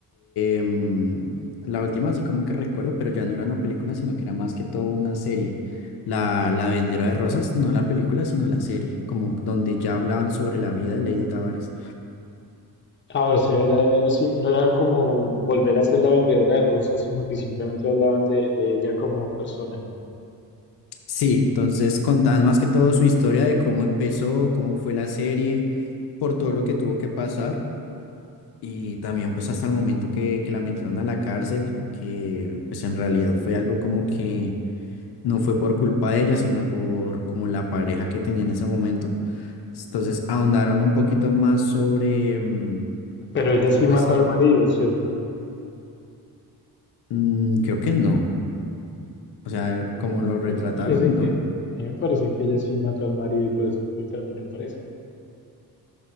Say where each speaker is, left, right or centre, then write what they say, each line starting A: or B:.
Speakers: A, on the left; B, on the left.
A: em, la última así como que recuerdo, pero ya no era una película, sino que era más que todo una serie. La, la Vendedora de Rosas, no la película, sino la serie, como donde ya hablaban sobre la vida de Lady Tavares.
B: Ahora, o sea, era, era así, no era como volver a ser la vendedora de rosas, sino que simplemente hablaban de, de ella como persona.
A: Sí, entonces contaban más que todo su historia de cómo empezó, cómo fue la serie, por todo lo que tuvo que pasar. Y también pues hasta el momento que, que la metieron a la cárcel, que pues en realidad fue algo como que no fue por culpa de ella, sino por como la pareja que tenía en ese momento. Entonces ahondaron un poquito más sobre, mm,
B: Pero ella sí
A: pues
B: mató
A: él,
B: al marido, ¿cierto?
A: mm, creo que no. O sea,
B: A mí
A: como
B: me
A: lo retrataron,
B: parece
A: no.
B: que, a mí me parece que ella sí mató al marido y por eso fue que terminó presa.